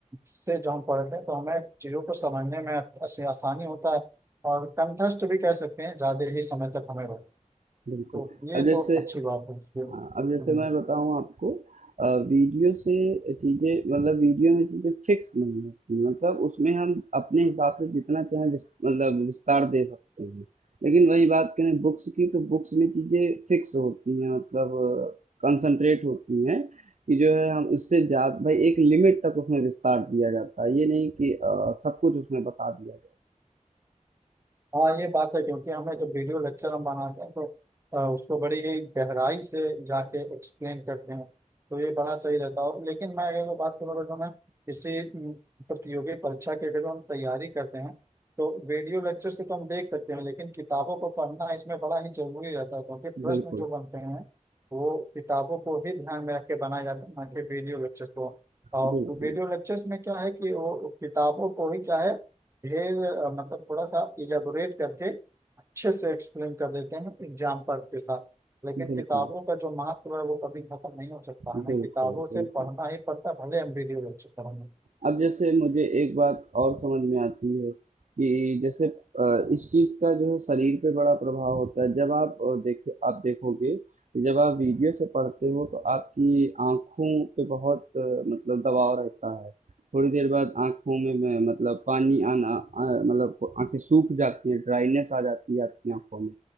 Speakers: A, on the right; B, on the right.
A: से जो हम पढ़ते हैं तो हमें चीजों को समझने में ऐसे आसानी होता है और कंठस्थ भी कह सकते हैं ज्यादा ही समय तक हमें रहता है।
B: बिल्कुल
A: तो ये
B: अब जैसे
A: तो अच्छी बात है उसके
B: हाँ, अब जैसे
A: हम्म।
B: मैं बताऊँ आपको अ, वीडियो से चीज़ें मतलब वीडियो में चीज़ें फिक्स नहीं होती मतलब उसमें हम अपने हिसाब से जितना चाहें विस- मतलब विस्तार दे सकते हैं लेकिन वही बात करें बुक्स की तो बुक्स में चीज़ें फिक्स होती हैं मतलब कंसंट्रेट होती हैं कि जो है हम इससे जा भाई एक लिमिट तक उसमें विस्तार दिया जाता है ये नहीं कि अ, सब कुछ उसमें बता दिया
A: हाँ ये बात है क्योंकि हमें जब वीडियो लेक्चर हम बनाते हैं तो अ, उसको बड़ी ही गहराई से जाके एक्सप्लेन करते हैं तो ये बड़ा सही रहता है लेकिन मैं अगर वो बात करूँ जो मैं किसी म, प्रतियोगी परीक्षा की अगर जो हम तैयारी करते हैं तो वीडियो लेक्चर से तो हम देख सकते हैं लेकिन किताबों को पढ़ना इसमें बड़ा ही जरूरी रहता है क्योंकि प्रश्न
B: जाए बिल्कुल
A: जो बनते हैं वो किताबों को ही ध्यान में रख के बनाए जाते हैं ना कि वीडियो लेक्चर को और
B: बिल्कुल
A: वीडियो लेक्चर्स में क्या है कि वो किताबों को ही क्या है ये अ, मतलब थोड़ा सा इलेबोरेट करके अच्छे से एक्सप्लेन कर देते हैं एग्जाम्पल्स के साथ लेकिन
B: बिल्कुल
A: किताबों का जो महत्व है वो कभी खत्म नहीं हो सकता
B: बिल्कुल
A: हमें किताबों
B: बिल्कुल
A: से पढ़ना ही पड़ता है भले एमबीडीए लेक्चर पढ़ना।
B: अब जैसे मुझे एक बात और समझ में आती है कि जैसे अ, इस चीज़ का जो है शरीर पे बड़ा प्रभाव होता है। जब आप अ, देखे आप देखोगे कि जब आप वीडियो से पढ़ते हो तो आपकी आँखों पे बहुत अ, मतलब दबाव रहता है। थोड़ी देर बाद आँखों में में मतलब पानी आना अ, मतलब आँखें सूख जाती हैं, ड्राइनेस आ जाती है आपकी आँखों में।